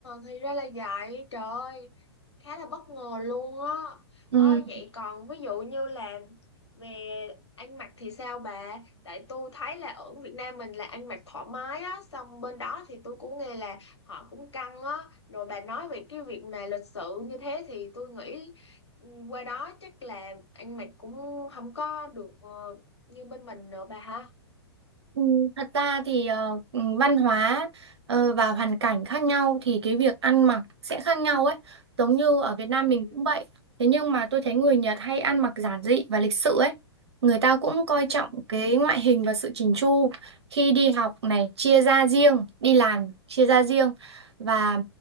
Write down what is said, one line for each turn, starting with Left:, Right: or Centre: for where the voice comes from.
Left: thì ra là vậy, trời ơi, khá là bất ngờ luôn á.
Right: Ừ,
Left: Ôi vậy còn ví dụ như là về ăn mặc thì sao bà? Tại tôi thấy là ở Việt Nam mình là ăn mặc thoải mái á, xong bên đó thì tôi cũng nghe là họ cũng căng á. Rồi bà nói về cái việc mà lịch sự như thế thì tôi nghĩ ừ, qua đó chắc là ăn mặc cũng không có được ờ, như bên mình nữa bà ha.
Right: Ừ, Thật ra thì ờ, ừ, văn hóa ờ, và hoàn cảnh khác nhau thì cái việc ăn mặc sẽ khác nhau ấy. Giống như ở Việt Nam
Left: Ừ.
Right: mình cũng vậy. Thế nhưng mà tôi thấy người Nhật hay ăn mặc giản dị và lịch sự ấy. Người ta cũng coi
Left: Ừ.
Right: trọng cái ngoại hình và sự chỉnh chu. Khi đi học này chia ra riêng, đi làm chia ra riêng và